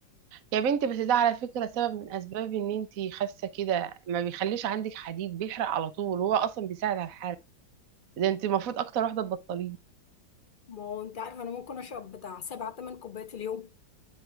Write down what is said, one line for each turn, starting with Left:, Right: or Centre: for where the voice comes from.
Right: يا بنتي بس ده على فكرة سبب من أسباب إن انت خاسة كده ما بيخليش عندك حديد بيحرق على طول وهو أصلا بيساعد على الحرق ده انت المفروض أكتر واحدة تبطليه
Left: ما هو انت عارفه انا ممكن اشرب بتاع سبع تمن كوبايات في اليوم